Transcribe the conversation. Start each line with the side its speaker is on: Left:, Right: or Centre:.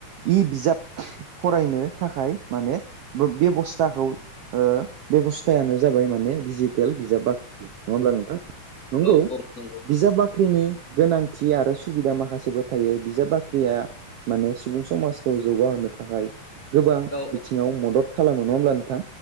Right: इ बिजाब फरायनो थाखाय माने बेबस्थाखौ। ओ बेबस्थायानो जाबाय माने डिजिटेल बिजाब बाख्रि नङा होमब्ला नोंथां। नंगौ
Left: औ औ नंगौ नंगौ
Right: बिजाब बाख्रिनि गोनांथि आरो सुबिदा माखासेबो थायो बिजाब बाख्रिया माने सुबुं समाजखौ जौगाहोनो थाखाय। गोबां
Left: औ
Right: बिथिङाव मदद। खालामो नङा होमब्ला नोंथां।